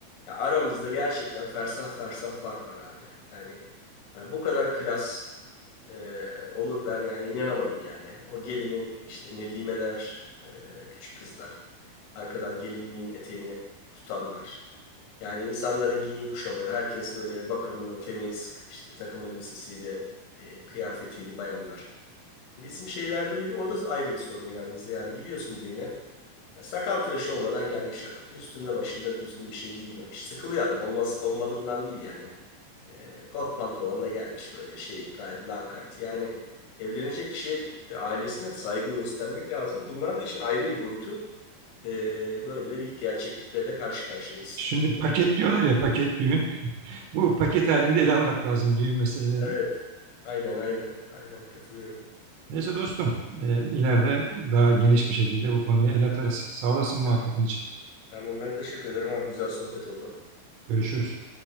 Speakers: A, on the left; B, on the right.
A: ya aramızda gerçekten fersah fersah fark var abi. Yani e, bu kadar klas e, olur ben yani inanamadım yani. O gelinin işte Nedimeler, e, küçük kızlar, arkadan gelinliğin eteğini tutanlar. Yani insanların giyim kuşamı, herkes böyle bakımlı, temiz, işte takım elbisesiydi, e, kıyafetiydi bayanlar. Bizim şeylerde bir o da ayrı bir sorun yalnız. Yani gidiyorsun düğüne. ya sakal tıraşı olmadan gelmiş adam. Üstünde başında düzgün bir şey giymemiş. Sıkılıyor adam. Olmaz, olmadığından değil yani. Ee, kot pantolonla gelmiş böyle şey gayet lakayt. Yani evlenecek kişiye ve ailesine de saygı göstermek lazım. Bunlar da işin ayrı bir boyutu. Ee, böyle de bir gerçeklikle de karşı karşıyayız.
B: Şimdi paket diyorlar ya paket düğün. Bu paket halinde ele almak lazım düğün meselelerini.
A: Evet. Aynen aynen. Aynen katılıyorum.
B: Neyse dostum, e, ileride daha geniş bir şekilde bu konuya el atarız. Sağ olasın muhabbetin
A: Tamam.
B: için.
A: Tamam ben teşekkür ederim abi. Güzel sohbet oldu.
B: Görüşürüz.